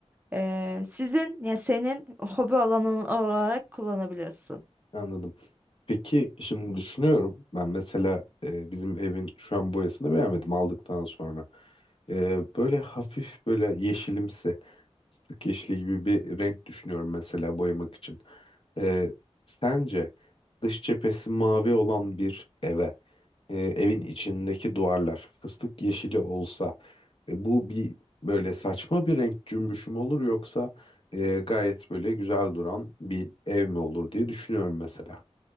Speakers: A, on the right (about 15°); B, on the left (about 55°).
A: E, sizin ya senin hobi alanın olarak kullanabilirsin.
B: Anladım. Peki şimdi düşünüyorum ben mesela e, bizim evin şu an boyasını beğenmedim aldıktan sonra. E, böyle hafif böyle yeşilimsi fıstık yeşili gibi bir renk düşünüyorum mesela boyamak için. E, sence dış cephesi mavi olan bir eve e, evin içindeki duvarlar fıstık yeşili olsa e, bu bir böyle saçma bir renk cümbüşü mü olur yoksa e, gayet böyle güzel duran bir ev mi olur diye düşünüyorum mesela.